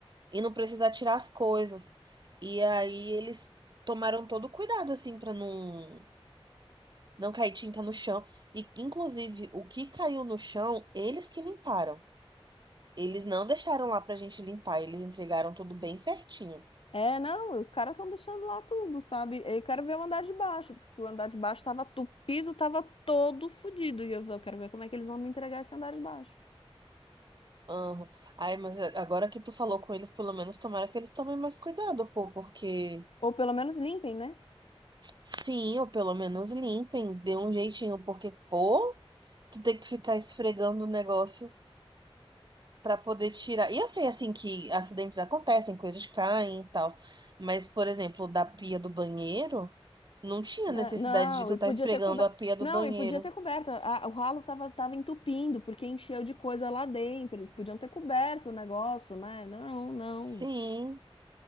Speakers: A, on the right; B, on the left.
A: e não precisar tirar as coisas. E aí eles tomaram todo o cuidado, assim, pra não, não cair tinta no chão. E, inclusive, o que caiu no chão, eles que limparam. Eles não deixaram lá pra gente limpar, eles entregaram tudo bem certinho.
B: É, não, os caras estão deixando lá tudo, sabe? Eu quero ver o andar de baixo, porque o andar de baixo tava, tu- o piso tava todo fodido. E eu, eu quero ver como é que eles vão me entregar esse andar de baixo.
A: Aham. Ai, mas é, agora que tu falou com eles, pelo menos tomara que eles tomem mais cuidado, pô, porque
B: Ou pelo menos limpem, né?
A: sim, ou pelo menos limpem, dê um jeitinho, porque, pô, tu tem que ficar esfregando o negócio pra poder tirar. E eu sei, assim, que acidentes acontecem, coisas caem e tal, mas, por exemplo, da pia do banheiro, não tinha
B: Né?
A: necessidade
B: Não,
A: de tu
B: e
A: estar
B: podia
A: esfregando
B: ter coberto.
A: a pia do
B: Não,
A: banheiro.
B: e podia ter coberto. A- o ralo tava, tava entupindo, porque encheu de coisa lá dentro. Eles podiam ter coberto o negócio, né? Não, não.
A: Sim,